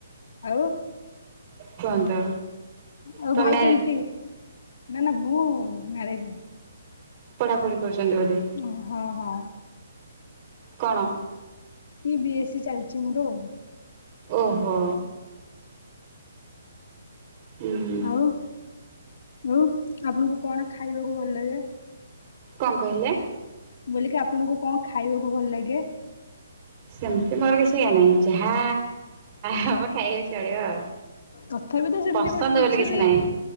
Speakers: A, on the left; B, on the right.
A: ଆଉ?
B: କୁହନ୍ତୁ
A: ଆଉ
B: ତ
A: ଭାଇ
B: ମ୍ୟାରେଡ୍
A: କେମିତି? ନା ନା ମୁଁ ମ୍ୟାରେଡ ନୁହଁ।
B: ପଢାପଢି କରୁଛନ୍ତି ବୋଧେ?
A: ଉଁ ହଁ ହଁ।
B: କଣ?
A: ଇ ବି ଏସ ସି ଚାଲିଛି ମୋର।
B: ଓହୋ। ଉଁ
A: ହଁ ଆଉ। ଆଉ ଆପଣଙ୍କୁ କଣ ଖାଇବାକୁ ଭଲ ଲାଗେ?
B: କଣ କହିଲେ?
A: ମୁଁ କହିଲି ଆପଣଙ୍କୁ କଣ ଖାଇବାକୁ ଭଲ ଲାଗେ?
B: ସେମିତି ମୋର କିଛି ଇଏ ନାହିଁ ଯାହା ହବ ଖାଇଲେ ଚଳିବ ଆଉ।
A: ତଥାପି ତ ସେମିତି
B: ପସନ୍ଦ
A: ଗୋଟ କିଛି
B: ବୋଲି
A: ବି।
B: ନାହିଁ।